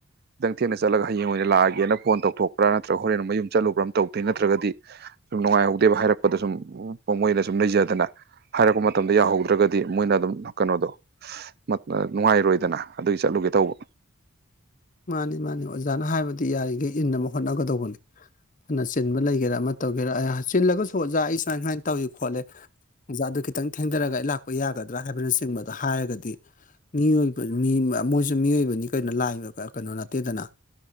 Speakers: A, on the right (about 45°); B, on the left (about 35°).
A: ꯈꯤꯇꯪ ꯊꯦꯡꯅ ꯆꯠꯂꯒ ꯍꯌꯦꯡ ꯑꯣꯏꯅ ꯂꯥꯛꯑꯒꯦꯅ ꯐꯣꯟ ꯇꯧꯊꯣꯛꯄ꯭ꯔ ꯅꯠꯇ꯭ꯔꯒ ꯍꯣꯔꯦꯟ ꯃꯌꯨꯝ ꯆꯠꯂꯨꯕ꯭ꯔ ꯑꯃ ꯇꯧꯗꯣꯏ ꯅꯤ ꯅꯠ ꯅꯠꯇ꯭ꯔꯒꯗꯤ ꯁꯨꯝ ꯅꯨꯡꯉꯥꯏꯍꯧꯗꯦꯕ ꯍꯥꯏꯔꯛꯄꯗ ꯁꯨꯝ ꯃꯣꯏꯗ ꯁꯨꯝ ꯂꯩꯖꯗꯅ ꯍꯥꯏꯔꯛꯄ ꯃꯇꯝꯗ ꯌꯥꯍꯧꯗ꯭ꯔꯒꯗꯤ ꯃꯣꯏꯅ ꯑꯗꯨꯝ ꯀꯅꯣꯗꯣ <unintelligible> ꯅꯨꯡꯉꯥꯏꯔꯣꯏꯗꯅ ꯑꯗꯨꯒꯤ ꯆꯠꯂꯨꯒꯦ ꯇꯧꯕ
B: ꯃꯥꯅꯤ ꯃꯥꯅꯤ ꯑꯣꯖꯥꯅ ꯍꯥꯏꯕꯗꯤ ꯌꯥꯔꯤꯒꯩ ꯏꯟꯅꯕ ꯍꯣꯠꯅꯒꯗꯧꯕꯅꯤ ꯐꯅ ꯆꯤꯟꯕ ꯂꯩꯒꯦꯔꯥ ꯑꯃ ꯇꯧꯒꯦꯔꯥ <unintelligible> ꯆꯜꯂꯒꯁꯨ ꯑꯣꯖꯥ ꯑꯩ ꯁꯨꯃꯥꯏ ꯁꯨꯃꯥꯏꯅ ꯇꯧꯋꯤ ꯈꯣꯠꯂꯦ ꯑꯣꯖꯥ ꯑꯗꯨ ꯈꯤꯇꯪ ꯊꯦꯡꯗꯔꯒ ꯑꯩ ꯂꯥꯛꯄ ꯌꯥꯒꯗ꯭ꯔꯥ ꯍꯥꯏꯕꯅꯆꯤꯡꯕꯗꯣ ꯍꯥꯏꯔꯒꯗꯤ ꯃꯤꯑꯣꯏꯕ ꯃꯤ ꯃꯣꯏꯖꯨ ꯃꯤꯑꯣꯏꯕꯅꯤ ꯀꯩꯅꯣ ꯂꯥꯏ <unintelligible> ꯀꯩꯅꯣ ꯅꯠꯇꯦꯗꯅ